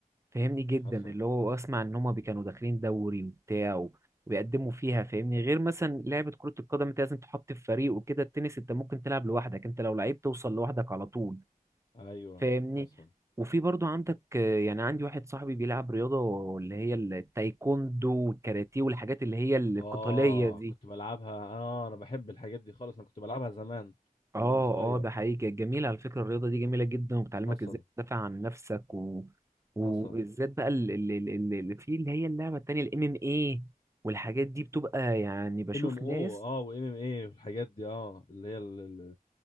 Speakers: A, on the right; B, on the left.
A: فاهمني جدا
B: حصل
A: اللي هو اسمع ان هما بي- كانوا داخلين دوري وبتاع و- ويقدموا فيها فاهمني غير مثلا لعبه كره القدم انت لازم تحط في فريق وكده التنس انت ممكن تلعب لوحدك انت لو لعيب توصل لوحدك على طول
B: ايوه
A: فاهمني
B: حصل
A: وفي برضو عندك آه، يعني عندي واحد صاحبي بيلعب رياضة اللي هي التايكوندو والكاراتيه والحاجات اللي هي القتالية
B: اه
A: دي
B: كنت بلعبها اه انا بحب الحاجات دي خالص انا كنت بلعبها زمان
A: اه
B: انا وصغير
A: اه ده حقيقي كانت جميلة على فكرة الرياضة دي جميلة جدا وبتعلمك
B: حصل
A: ازاي تدافع عن نفسك و... وبالذات
B: حصل
A: بقى اللي, اللي, اللي في اللي هي اللعبة التانية الام ام ايه والحاجات دي بتبقى يعني بشوف
B: ام ام او
A: ناس
B: اه وام ام اي والحاجات دي اه اللي هي ال- ال-